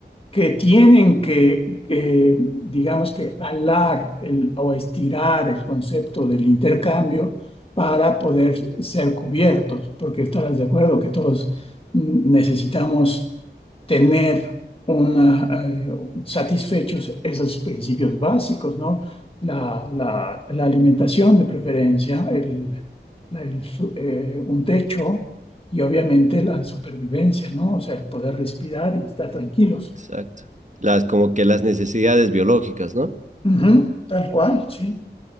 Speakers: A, on the left; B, on the right.
A: que tienen que, que, digamos que jalar el- o estirar el concepto del intercambio para poder ser cubiertos, porque estarás de acuerdo que todos mm, necesitamos tener una, eh, satisfechos esos principios básicos, ¿no? La, la- la alimentación de preferencia, el- la- el su- eh, un techo y obviamente la supervivencia, ¿no? O sea, el poder respirar y estar tranquilos.
B: exacto. Las, como que las necesidades biológicas, ¿no?
A: Ujú, tal cual, sí.